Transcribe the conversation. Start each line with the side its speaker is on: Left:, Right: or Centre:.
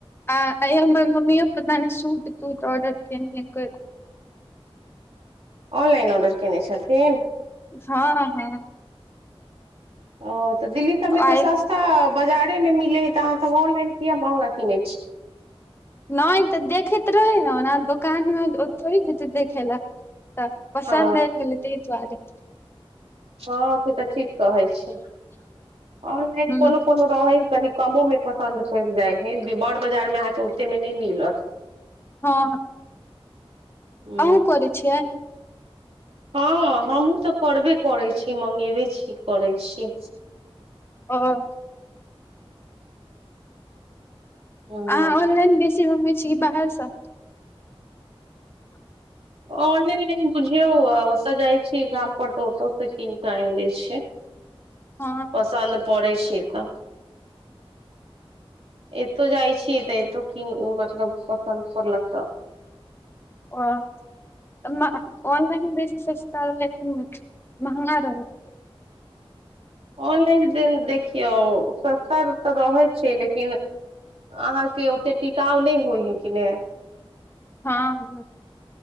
Left: आ आइ हमर मम्मियो पता ने शूट-तूट ऑर्डर केने हेय
Right: आनलाइन ऑर्डर केने छथिन?
Left: हँ हँ
Right: ओ तऽ दिल्ली सभमे तऽ
Left: आइ
Right: सस्ता बाजारेमे मिलै हइ तऽ अहाँ सभ ऑनलाइन किया महंगा कीने छियै?
Left: नहि तऽ देखैत रहै ने ओना दोकानमे थोड़े जेते देखे लाए तऽ पसन्द
Right: हँ
Left: आइ गेल तइ दुआरे
Right: हँ से तऽ ठीक कहै छी, ऑनलाइन
Left: ह
Right: कोनो-कोनो रहै हइ कनी कमोमे पसंन्द पड़ि जाय हय बड़ बाजारमे अहाँके ओतेमे नहि मिलत
Left: हँ
Right: ह
Left: अहँ करै छियै?
Right: हँ हमहूँ तऽ करबे करै छी, मंगेबे छी करै छी
Left: हॅं
Right: ह
Left: अहाँ ऑनलाइन बेसी अनै छी की बाहरसँ?
Right: ऑनेलाइन बुझियौ, ओतऽ जाइ छियै गाम पर तऽ ओतय से कीन कऽ आनि लै छियै
Left: हँ
Right: पसन्द पड़ै छै तऽ, एतौ जाइ छियै तऽ एतौ मतलब पसन्द पड़लक तऽ
Left: ओऽ ऑनलाइन बेसी सस्ता रहै कि महंगा रहै?
Right: ऑनलाइन देखियौ सस्ता तऽ रहै छै लेकिन अहाँके ओते टिकाउ नहि होइ हय कि ने!
Left: हँ ह